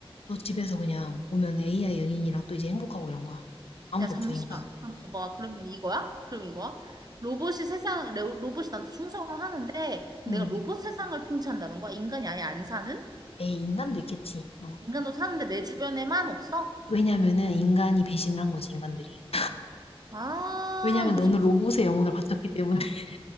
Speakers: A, on the left; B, on the right.
A: 너 집에서 그냥 오면 AI 연인이랑 또 이제 행복하고 이런 거야. 아무도
B: 야, 잠시만.
A: 없어, 인간.
B: 그럼 봐봐. 그러면 이거야? 그럼 이거야? 로봇이 세상, 레- 로봇이 나한테 충성을 하는데, 그럼
A: 응.
B: 내가 로봇 세상을 통치한다는 거야? 인간이 아예 안 사는?
A: 에이, 인간도 있겠지. 어.
B: 인간도 사는데 내 주변에만 없어?
A: 왜냐면은 인간이 배신을 한 거지, 인간들이. <laughs>
B: 아,
A: 왜냐면
B: 이거
A: 너는
B: 재밌다.
A: 로봇의 영혼을 바쳤기 때문에. <laughs>